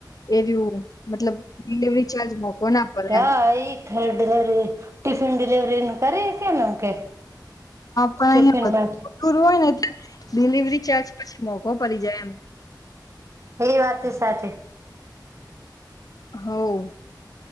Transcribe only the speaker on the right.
હા
એ ડિલિવરી ટિફિન ડિલવરી ન કરી કેમ એમ કે
ટિફિન
માટે
એ વાત છે સાચી